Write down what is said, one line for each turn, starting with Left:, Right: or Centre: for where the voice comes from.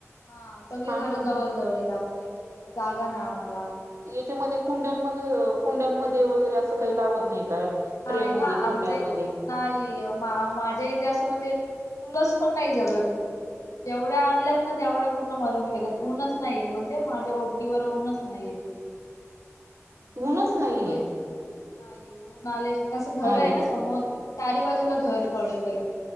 Left: ह सगळी
Right: हा
Left: घर
Right: हा
Left: जवळ
Right: हा
Left: जवळ आहेत आमच्या जागा नाय आम्हाला
Right: त्याच्यामध्ये कुंड्यांमध्ये कुंड्यांमध्ये वगैरे असं काही लावत नाही का
Left: नाही
Right: ट्रे मध्ये
Left: ना आमच्या
Right: कुंड्यांमध्ये
Left: इथ नाही माझ्या इथ अस म्हणजे तुलाच पण नाही जगत. जेवढ्या आणल्यात ना तेवढ्या पूर्ण मरून गेल्यात ऊनच नाहीयेत म्हणजे माझ्या ओटीवर ऊनच नाहीयेत. <inaudible> म्हणजे
Right: ऊनच
Left: उन्हाना
Right: नाहीये.
Left: शिवाय पण नाही ऊन आल्या तसं घर
Right: अरे
Left: आहे ना समोर - चारी बाजूला घर पडतोय.